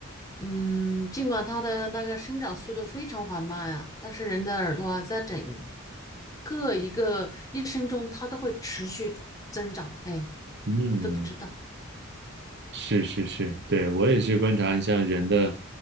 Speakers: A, on the left; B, on the right.
A: 嗯，尽管它的那个生长速度非常缓慢呀，但是人的耳朵啊，在整个一个一生中，它都会持续增长。哎，
B: 嗯。
A: 都不知道
B: 是是是，对，我也是观察你像人的